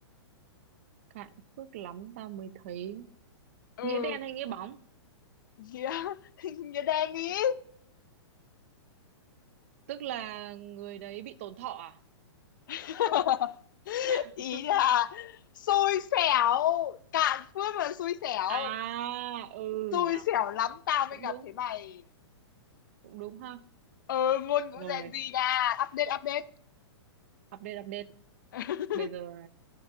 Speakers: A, on the right; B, on the left.
A: cạn phước lắm ta mới thấy
B: ừ
A: nghĩa đen hay nghĩa bóng
B: nghĩa <laughs> nghĩa đen ý
A: tức là người đấy bị tổn thọ à
B: <laughs>
A: <laughs>
B: ý là xui xẻo cạn phước là xui xẻo
A: à ừ
B: xui
A: nhỉ
B: xẻo lắm tao mới
A: cũng
B: gặp
A: đúng
B: thấy mày
A: cũng đúng ha
B: ừ ngôn ngữ
A: rồi
B: Gen Z nha update update
A: update update
B: <laughs>
A: bây giờ